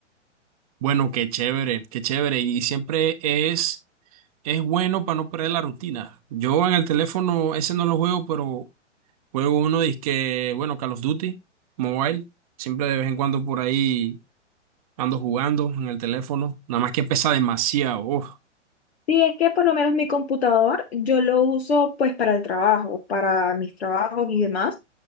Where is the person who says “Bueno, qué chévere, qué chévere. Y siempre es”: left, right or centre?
Right